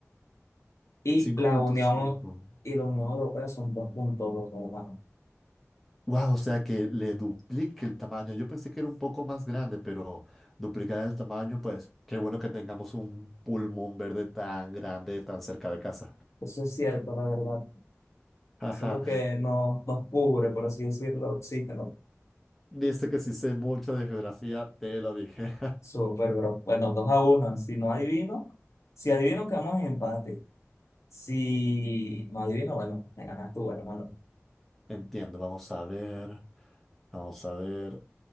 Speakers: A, on the left (about 70°); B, in the centre.
A: Y
B: 5.5.
A: la Unión y la Unión Europea son dos punto dos hermano.
B: Wow, o sea que le duplique el tamaño. Yo pensé que era un poco más grande, pero duplicar el tamaño, pues qué bueno que tengamos un pulmón verde tan grande, tan cerca de casa.
A: Eso es cierto, la verdad.
B: <laughs>
A: Eso
B: Ajá.
A: es lo que nos, nos cubre, por así decirlo, existe,
B: Viste que si sé mucho de geografía, te lo dije.
A: Súper, bro. Bueno, dos a uno. Si no adivino, si adivino, quedamos en empate. Si no adivino, bueno, me ganas tú, hermano.
B: <laughs> Entiendo, vamos a ver. Vamos a ver